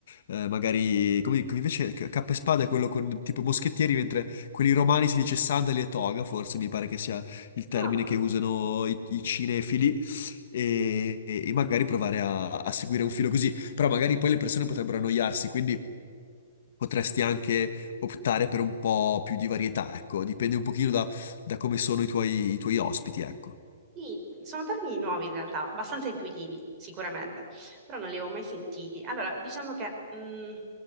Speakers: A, on the left (about 55°); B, on the right (about 20°).
A: eh, magari... Come, come invece C- Cappa e Spada è quello con tipo i moschettieri, mentre quelli romani si dice sandali e toga, forse mi pare che sia il termine
B: No.
A: che usano i, i cinefili, e, e- e magari provare a, a seguire un filo così. Però magari poi le persone potrebbero annoiarsi, quindi potresti anche optare per un po' più di varietà, ecco, dipende un pochino da, da come sono i tuoi, i tuoi ospiti, ecco.
B: Sì, sono termini nuovi in realtà, abbastanza intuitivi sicuramente, però non li avevo mai sentiti. Allora, diciamo che mh,